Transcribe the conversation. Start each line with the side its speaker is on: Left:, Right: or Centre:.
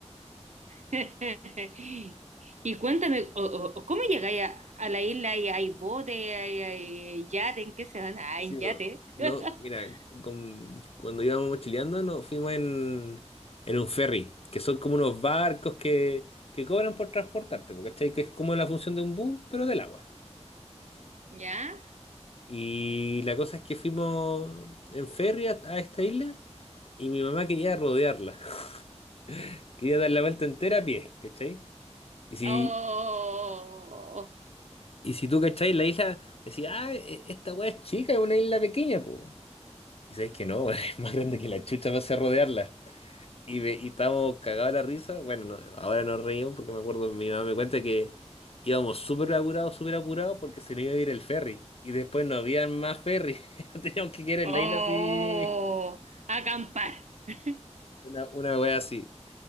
Right: <laughs> Y cuéntame, o- o- o ¿cómo llegáis a, a la isla? ¿Y ¿Hay bote? ¿Hay, hay yate? ¿En qué se van? Ah,
Left: Sí,
Right: en
Left: no,
Right: yate.
Left: no,
Right: <laughs>
Left: mira, con- cuando íbamos mochileando nos fuimos en, en un ferry, que son como unos barcos que, que cobran por transportarte, porque Que es como la función de un bus, pero del agua.
Right: ¿Ya?
Left: Y la cosa es que fuimos en ferry a, a esta isla y mi mamá quería rodearla, <laughs> quería dar la vuelta entera a pie, ¿cachai? Y si,
Right: Oh,
Left: y si tú, ¿cachai? La isla decía, ah, e- esta weá es chica, es una isla pequeña, pues. Y sabéis que no, <laughs> es más grande que la chucha para hacer rodearla. Y, ve- y estábamos cagados de la risa. Bueno, no, ahora nos reímos porque me acuerdo, mi mamá me cuenta que íbamos súper apurados, súper apurados porque se nos iba a ir el ferry. Y después no había más ferry. <laughs> No teníamos que quedar en
Right: Oh,
Left: la isla así.
Right: acampar. <laughs>
Left: Una, una wea así.